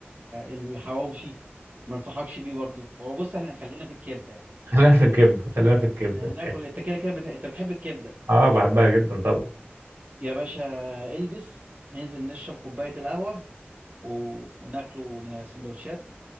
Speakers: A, on the right (about 40°); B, on the right (about 85°).
A: الحواوشي ما انصحكش بيه برضه هو بص احنا خلينا في الكبده يعني.
B: خلينا في الكبده خلينا في الكبده
A: احنا هناكل انت كده كده بت... انت بتحب الكبده
B: اه بحبها جدا طبعا
A: يا باشا البس ننزل نشرب كوبايه القهوه و... وناكله سندوتشات